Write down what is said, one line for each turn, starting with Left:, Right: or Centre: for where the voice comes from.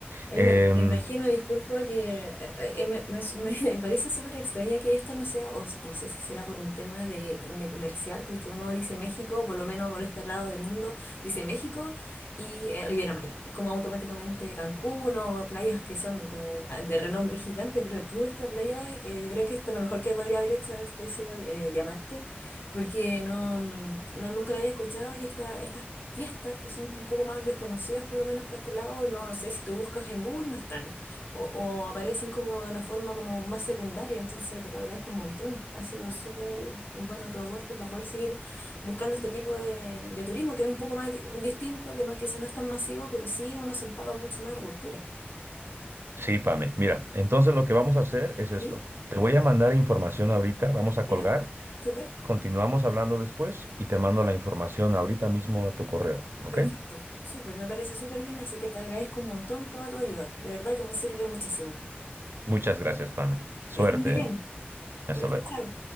Left: Ay,
Right: Em,
Left: me, me imagino, disculpa, que eh, eh, me, me- me <laughs> parece súper extraña que esto no sea, o s- no sé si será por un tema de, de comercial, porque uno dice México, por lo menos por este lado del mundo, dice México y eh, Riviera Maya. Es como automáticamente Cancún o playas que son como ah, de renombre gigante, pero tú esta playa, que yo creo que esto es lo mejor que podría haber hecho, haberte sido eh, llamarte, porque no, mm, no nunca la había escuchado y esta, estas fiestas que son un poco más desconocidas, por lo menos por este lado, no no sé, si tú buscas en Google no están, o, o aparecen como de una forma como más secundaria, entonces te lo agradezco un montón. Ha sido súper bueno tu aporte para poder seguir buscando este tipo de, de turismo, que es un poco más di- distinto, que no, quizás no es tan masivo, pero sí uno se empapa mucho más de la cultura.
Right: sí, Pame, mira, entonces lo que vamos a hacer es esto.
Left: ¿Sí?
Right: Te voy a mandar información ahorita, vamos a
Left: ¿Ya?
Right: colgar.
Left: Súper.
Right: Continuamos hablando después y te mando la información ahorita mismo a tu correo, ¿ok?
Left: Perfecto, súper, me parece súper bien, así que te agradezco un montón toda tu ayuda, de verdad que me sirve muchísimo.
Right: Muchas gracias, Pame. Suerte,
Left: Que estés muy bien.
Right: ¿eh? Hasta
Left: Gracias,
Right: luego.
Left: chao.